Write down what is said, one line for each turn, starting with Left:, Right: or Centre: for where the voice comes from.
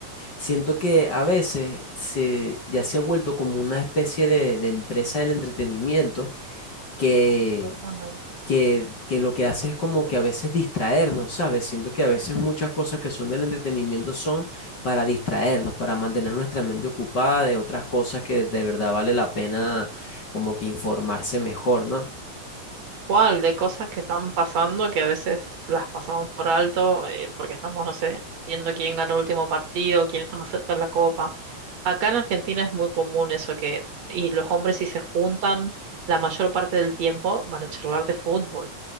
Left: Siento que a veces se, ya se ha vuelto como una especie de, de empresa del entretenimiento que,
Right: Totalmente.
Left: que, que lo que hace es como que a veces distraernos, ¿sabes? Siento que a veces muchas cosas que son del entretenimiento son para distraernos, para mantener nuestra mente ocupada de otras cosas que de verdad vale la pena como que informarse mejor, ¿no?
Right: ¿Cuál de cosas que están pasando que a veces las pasamos por alto eh, porque estamos, no sé, viendo quién ganó el último partido, quién está más cerca de la copa? Acá en Argentina es muy común eso que, y los hombres si se juntan la mayor parte del tiempo van a charlar de fútbol.